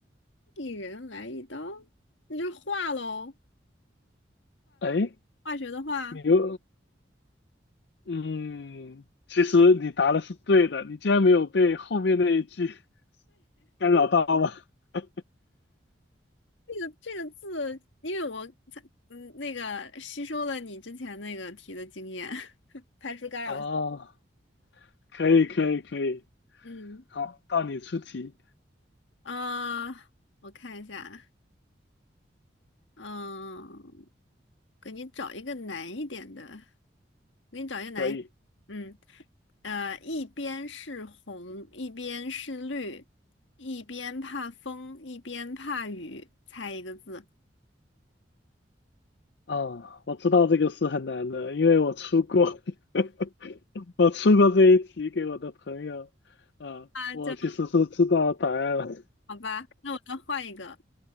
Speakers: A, on the left; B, on the left.
A: 一人来一刀，那就画喽，
B: 哎，
A: 化学的化。
B: 你又。嗯，其实你答的是对的，你竟然没有被后面那一句 <laughs> 干扰到吗？<laughs>
A: 这个这个字，因为我才嗯那个吸收了你之前那个题的经验，<laughs> 排除干扰。
B: 哦，可以可以可以，
A: 嗯
B: 好，到你出题，
A: 啊、呃我看一下，嗯，给你找一个难一点的，给你找一个难一
B: 可以。
A: 嗯，呃，一边是红，一边是绿，一边怕风，一边怕雨，猜一个字
B: 哦，我知道这个是很难的，因为我出过，<laughs> 我出过这一题给我的朋友，啊、
A: 啊，
B: 我其实是知道答案了。
A: 这
B: <laughs>
A: 好吧，那我再换一个，